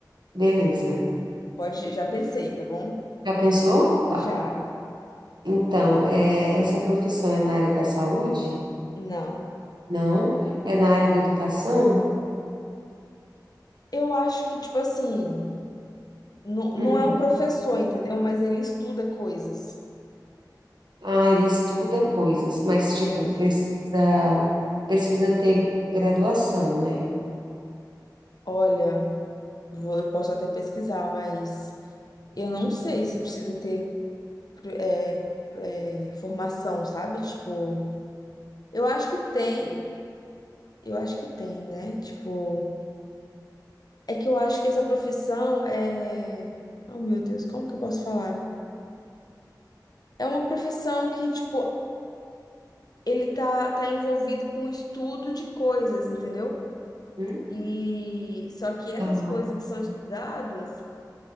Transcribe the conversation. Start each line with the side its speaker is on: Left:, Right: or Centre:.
Right: beleza.
Left: Pode, já pensei, tá bom?
Right: Já pensou? Tá.
Left: Já,
Right: Então, é, essa profissão é na área da saúde?
Left: não.
Right: Não. É na área da educação?
Left: Eu acho que, tipo assim, não, não
Right: Uhum.
Left: é um professor, entendeu? Mas ele estuda coisas.
Right: Ah, ele estuda coisas, mas, tipo,
Left: É.
Right: precisa, precisa ter graduação, né?
Left: Olha. Vou, eu posso até pesquisar, mas eu não sei se precisa ter é, é, formação, sabe? Tipo, eu acho que tem, eu acho que tem, né? Tipo, é que eu acho que essa profissão é. Oh, meu Deus, como que eu posso falar? É uma profissão que, tipo, ele tá, tá envolvido com o estudo de coisas, entendeu?
Right: Uhum.
Left: E só que essas
Right: Tá.
Left: coisas que são estudadas,